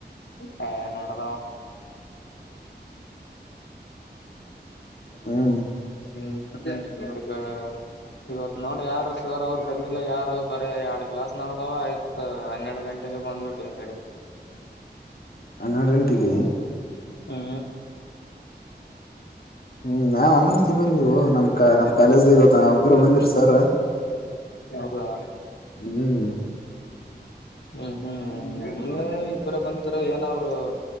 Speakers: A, on the left; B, on the left.
A: ಹ್ಮ ನ. <unintelligible>
B: ಹ್ಮ್
A: ಹ್ಮ್ ಈಗ ಇವತ್ತು ನೋಡ ಯಾರು ಸರ್ ಅವ್ರು ಬಂದಿಲ್ಲ ಯಾರ ಬರ. ಎರಡ್ ಕ್ಲಾಸ್ ನಡ್ದಾವ ಆಯ್ತ್ ಹನ್ನೆರಡು ಗಂಟೆಗೆ ಬಂದ್ಬಿಟ್ಟಿ ರೆಡಿ.
B: ಹನ್ನೆರಡು ಗಂಟೆಗೆ
A: ಹಾ.
B: ಹ್ಮ್ ನಾವ್ ಹನ್ನೊಂದಕ್ಕೆ
A: ಬಿ
B: ಬಂದವು ನಮ್
A: ಮಾಡಕ
B: ಕ ನಮ್
A: ಪ
B: ಕಾಲೇಜ್ದ ಇವತ್ತ ಒಬ್ಬ್ರ ಬಂದ್ರ
A: ಬಷ್ಟ
B: ಸರ್
A: ಹೌದಾ
B: ಹ್ಮ್
A: ಹ್ಮ್ ಹ್ಮ್ ಇಬ್ಬರ ಬಂದ ಏನ ಅವರು